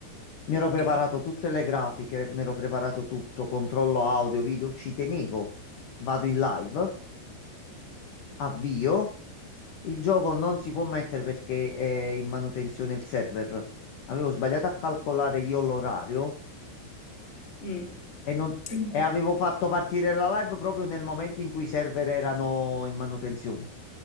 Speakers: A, on the left (about 65°); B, on the left (about 25°).
A: Mi
B: ok.
A: ero preparato tutte le grafiche, mi ero preparato tutto, controllo audio, video, ci tenevo. Vado in live. Avvio. Il gioco non si può mettere perché è in manutenzione il server. Avevo sbagliato a calcolare io l'orario
B: Mm.
A: e, non-
B: Quindi,
A: e avevo fatto partire la live proprio nel momento in cui i server erano in manutenzione.